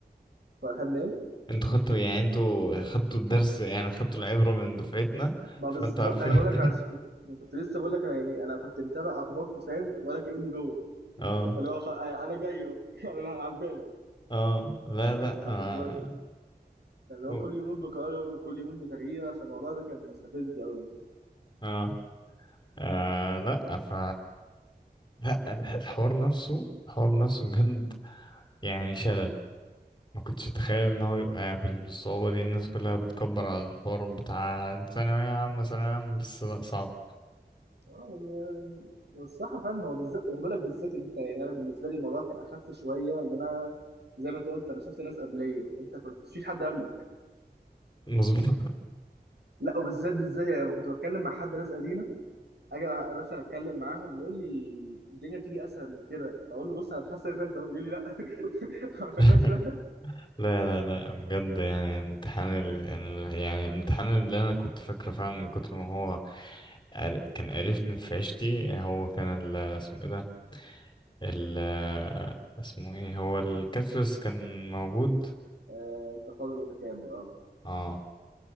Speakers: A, on the right; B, on the left.
A: اخدنا ايه
B: انتوا خدتوا يعني انتوا خدتوا الدرس يعني خدتوا العبره من دفعتنا
A: ما
B: فانتوا
A: بالظبط
B: عارفين
A: انا بقول لك أنا
B: <laughs>
A: كنت كنت لسه بقول لك انا يعني انا كنت متابع اخباركم فاهم ولا كاني جوه
B: اه
A: اللي هو خ... آه، انا جاي اهو <laughs> انا على الباب
B: اه لا لا آه.
A: فكنت ب... كان اللي هو
B: أوه.
A: كل يومين بقرار وكل يومين بتغيير فالموضوع ده كان مستفز قوي
B: اه آه لا ف لا ال- الحوار نفسه الحوار نفسه بجد يعني شلل ما كنتش اتخيل ان هو يبقى بال- بالصعوبة دي الناس كلها بتكبر على الحوار بتاع ثانوية عامة ثانوية عامة بس لا صعب
A: اه يعني يعني الصراحه فعلا هو بالذات يعني بقول لك بالذات انت يعني انا بالنسبه لي الموضوع كان اخف شويه ان انا زي ما انت قلت انا شفت ناس قبليه انت كنت مفيش حد قبلك
B: مظبوط
A: لا وبالذات بالذات يعني لما كنت بتكلم مع حد ناس قديمه اجي مثلا اتكلم معاهم يقول لي الدنيا بتيجي اسهل من كده اقول له بص انا بحس اللي فاتت اهو يقول لي لا <laughs> ما خلناش
B: <laughs>
A: ده
B: لا لا لا بجد يعني امتحان ال... ال- يعني الامتحان اللي انا كنت فاكره فعلا من كتر ما هو قار- كان قرفني في عيشتي هو كان ال... اسمه ايه ده ال اسمه ايه هو الكالكولس كان موجود
A: آه، تفاضل وتكامل اه
B: اه